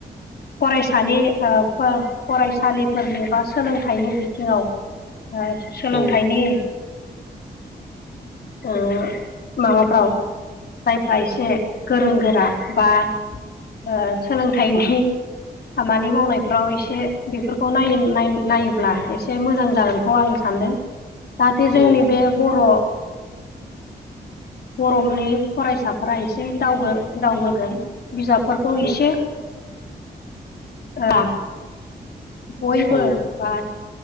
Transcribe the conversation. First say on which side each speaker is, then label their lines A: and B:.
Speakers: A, on the left (about 65°); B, on the left (about 35°).
A: फरायसानि ओ फो फरायसालिफोरनि बा सोलोंथाइनि बिथिङाव ओ सोलोंथाइनि
B: औ
A: ओ माबाफ्राव जायफ्रा एसे गोरों गोरा बा ओ सोलोंथाइनि खामानि मावनायफ्राव एसे बेफोरखौ नायो-नाय-नायोब्ला एसे मोजां जागोनखौ आं सानदों जाहाथे
B: औ
A: जोंनि बे बर' बर'नि फरायसाफोरा एसे दावगोन दावगोगोन बिजाबफोरखौ
B: औ
A: एसे ना बयबो
B: औ
A: बा